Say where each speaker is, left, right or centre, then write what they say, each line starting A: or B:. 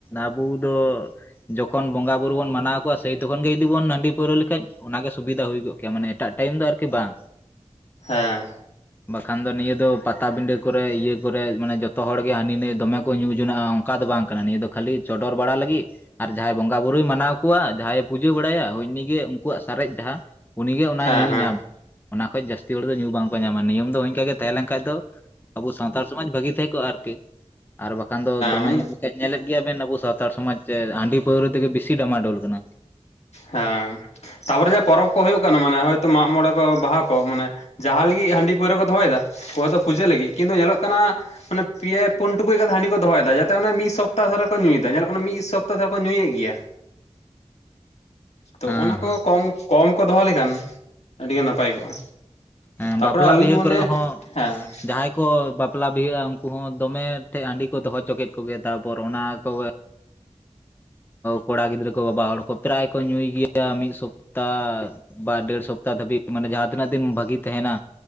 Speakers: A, on the left; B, on the left.
A: ᱟᱵᱳ ᱫᱚ ᱡᱚᱠᱷᱚᱱ ᱵᱚᱸᱜᱟ ᱵᱩᱨᱩ ᱵᱚᱱ ᱢᱟᱱᱟᱣ ᱠᱚᱣᱟ, ᱥᱮᱭ ᱛᱚᱠᱷᱚᱱ ᱜᱮ ᱡᱩᱤᱵᱚᱱ ᱦᱟᱸᱰᱤ ᱯᱟᱹᱩᱨᱟ ᱞᱮᱠᱷᱟᱡ ᱚᱱᱟᱜᱮ ᱥᱩᱵᱤᱫᱷᱟ ᱦᱩᱭ ᱠᱚᱜ ᱠᱮᱭᱟ ᱢᱟᱱᱮ ᱮᱴᱟᱜ ᱴᱟᱭᱤᱢ ᱫᱚ ᱟᱨᱠᱤ ᱵᱟᱝ
B: ᱦᱮᱸ᱾
A: ᱵᱟᱠᱷᱟᱱ ᱫᱚ ᱱᱤᱭᱟᱹ ᱫᱚ ᱯᱟᱛᱟᱵᱤᱸᱱᱰᱟᱹ ᱠᱚᱨᱮ ᱤᱭᱟᱹ ᱠᱚᱨᱮ ᱢᱟᱱᱮ ᱡᱚᱛᱚ ᱜᱮ ᱱᱟᱹᱭ ᱫᱚᱢᱮ ᱠᱚ ᱧᱩ ᱡᱚᱱᱟᱜ ᱚᱠᱟ ᱫᱚ ᱵᱟᱝ ᱠᱟᱱᱟ ᱱᱤᱭᱟᱹ ᱫᱚ ᱠᱷᱟᱹᱞᱤ ᱪᱚᱰᱚᱨ ᱵᱟᱲᱟ ᱞᱟᱹᱜᱤᱫ ᱟᱨ ᱡᱟᱦᱟᱸᱭ ᱵᱚᱸᱜᱟ ᱵᱩᱨᱩᱭ ᱢᱟᱱᱟᱣ, ᱠᱚᱣᱟ ᱡᱟᱦᱟᱸᱭᱮ ᱯᱩᱡᱟᱹ ᱵᱟᱲᱟᱭᱟ ᱦᱳᱭ ᱩᱱᱤᱜᱮ ᱩᱱᱠᱩᱣᱟᱜ ᱥᱟᱨᱮᱡ ᱡᱟᱦᱟᱸ ᱩᱱᱤᱜᱮ ᱚᱱᱟ
B: ᱦᱮᱸ
A: ᱧᱩᱭ
B: ᱦᱮᱸ
A: ᱧᱟᱢ ᱚᱱᱟ ᱠᱷᱚᱡ ᱡᱟᱹᱥᱛᱤ ᱦᱚᱲ ᱫᱚ ᱧᱩ ᱵᱟᱝᱠᱚ ᱧᱟᱢᱟ ᱱᱤᱭᱚᱢ ᱫᱚ ᱤᱱᱠᱠᱟ ᱜᱮ ᱛᱟᱦᱮᱸ ᱞᱮᱱ ᱠᱷᱟᱱᱡ ᱫᱚ ᱟᱵᱩ ᱥᱟᱱᱛᱟᱲ ᱥᱚᱢᱟᱡ ᱵᱷᱟᱜᱤ ᱛᱟᱦᱮᱸ ᱠᱚᱜᱼᱟ, ᱟᱨᱠᱤ ᱟᱨ ᱵᱟᱠᱷᱟᱱ ᱫᱚ ᱫᱚᱢᱮ
B: ᱦᱮᱸ
A: ᱧᱮᱞ ᱧᱮᱞᱮᱫ ᱜᱮᱭᱟᱵᱮᱱ ᱟᱵᱚ ᱥᱟᱱᱛᱟᱲ ᱥᱚᱢᱟᱡᱽ ᱨᱮ ᱦᱟᱺᱰᱤ ᱯᱟᱹᱣᱨᱟᱹ ᱛᱮᱜᱮ ᱵᱤᱥᱤ ᱰᱟᱢᱟ ᱰᱳᱞ ᱠᱟᱱᱟ᱾
B: ᱦᱮᱸ ᱛᱟᱯᱚᱨᱮ ᱡᱮ ᱯᱚᱨᱚᱵᱽ ᱠᱚ ᱦᱳᱭᱳᱜ ᱠᱟᱱᱟ ᱢᱟᱱᱮ ᱦᱭᱛᱳ ᱢᱟᱜ ᱢᱚᱬᱮ ᱠᱚ ᱵᱟᱦᱟ ᱠᱚ ᱢᱟᱱᱮ ᱡᱟᱦᱟᱸ ᱞᱤᱹᱜᱤᱜ ᱦᱟᱸᱰᱤ ᱯᱟᱹᱣᱨᱟᱹ ᱠᱚ ᱫᱚᱦᱚᱭ ᱫᱟ ᱚᱠᱚᱭ ᱫᱚ ᱯᱩᱡᱟᱹ ᱞᱟᱹᱜᱤᱫ ᱠᱤᱱᱛᱩ ᱧᱮᱞᱚᱜ ᱠᱟᱱᱟ ᱢᱟᱱᱮ ᱯᱮ ᱯᱩᱱ ᱴᱩᱠᱩᱡ ᱠᱟᱛᱮ ᱦᱟᱸᱰᱤ ᱠᱚ ᱫᱚᱦᱚᱭ ᱫᱟ, ᱡᱟᱛᱮ ᱢᱤᱫ ᱥᱚᱯᱛᱟ ᱫᱷᱚᱨᱮ ᱠᱚ ᱧᱩᱭᱮᱫᱟ ᱠᱟᱱᱟ ᱢᱤᱫ ᱥᱚᱯᱛᱟ ᱫᱷᱚᱨᱮ ᱠᱚ ᱧᱩᱭᱮᱫ ᱜᱮᱭᱟ ᱛᱚ
A: ᱦᱮᱸ
B: ᱚᱱᱟ
A: ᱦᱮᱸ
B: ᱠᱚ ᱠᱚᱢ ᱠᱚᱢ ᱠᱚ ᱫᱚᱦᱚ ᱞᱮᱠᱷᱟᱱ ᱟᱹᱰᱤᱜᱮ ᱱᱟᱯᱟᱭ ᱠᱚᱜᱼᱟ᱾
A: ᱮᱸ
B: ᱛᱟᱯᱚᱨᱮ
A: ᱵᱟᱯᱞᱟ
B: ᱟᱹᱞᱤᱧ
A: ᱵᱤᱦᱟᱹ
B: ᱢᱚᱱᱮᱭᱟ
A: ᱠᱚᱨᱮ ᱦᱚᱸ
B: ᱦᱮᱸ
A: ᱡᱟᱦᱟᱸᱭ ᱠᱚ ᱵᱟᱯᱞᱟ ᱵᱤᱦᱟᱹ ᱩᱝᱠᱩ ᱦᱚᱸ ᱫᱚᱢᱮ ᱴᱷᱮᱡ ᱦᱟᱸᱰᱤ ᱠᱚ ᱫᱚ ᱦᱚᱪᱚ ᱠᱮᱫ ᱠᱚᱜᱮᱭᱟ ᱛᱟᱯᱚᱨ ᱚᱱᱟ ᱠᱚ ᱜᱮ ᱠᱚᱲᱟ ᱜᱤᱫᱽᱨᱟᱹ ᱠᱚ ᱵᱟᱵᱟ ᱦᱚᱲ ᱠᱚ ᱯᱨᱟᱭ ᱧᱩᱭ ᱜᱮᱭᱟ, ᱢᱤ ᱥᱚᱯᱛᱟ ᱵᱟᱨ ᱰᱮᱲ ᱥᱚᱯᱛᱟ ᱫᱷᱟᱹᱵᱤᱡ ᱢᱟᱱᱮ ᱡᱟᱦᱟᱸ ᱛᱤᱱᱟᱹ ᱫᱤᱱ ᱵᱷᱟᱹᱜᱤ ᱛᱟᱦᱮᱱᱟ